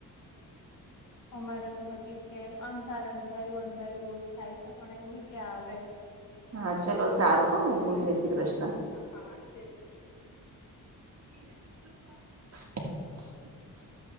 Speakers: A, on the right; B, on the left.
A: બ
B: અમારે તો હજી છે અંધારું અંધારું અંધારિયું રોજ થાય છે પણ એમ હોય કે આવે.
A: હા, ચાલો સારું હો મૂકુ, જય શ્રી કૃષ્ણ.
B: હા, જય શ્રી કૃષ્ણ.
A: અવાજ નથી આવતો